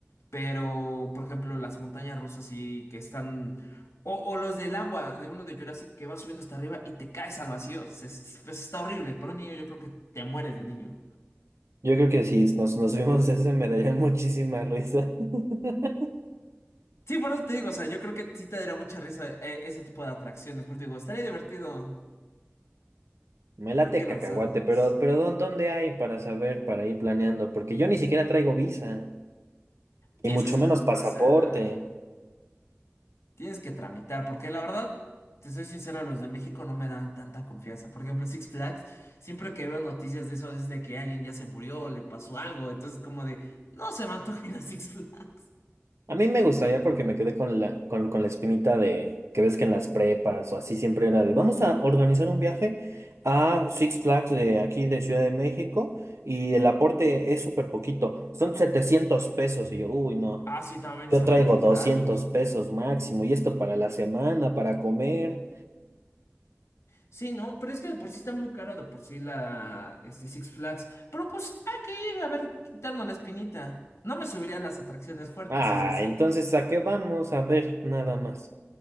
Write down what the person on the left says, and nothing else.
Pero, por ejemplo, las montañas rusas sí que están. O, o los del agua, de uno de Jurassic que va subiendo hasta arriba y te caes al vacío. se- se- pues, está horrible. Para un niño, yo creo que te mueres de niño.
Sí, por eso te digo, o sea, yo creo que sí te daría mucha risa eh, ese tipo de atracciones. Porque digo, estaría divertido.
Hay que lanzarnos.
Tienes
que sacar
tu
visa. Tienes que tramitar, porque la verdad, te soy sincero, los de México no me dan tanta confianza. Por ejemplo, Six Flags, siempre que veo noticias de eso es de que alguien ya se murió, le pasó algo, entonces como de, no se me antoja ir a Six Flags.
Ah, sí, también
estaban
bien
caros.
Sí, no, pero es que de por sí está muy caro de por sí la, este, Six Flags. Pero pues hay que ir a ver, quitarnos la espinita. No me subiría a las atracciones fuertes,
eso sí.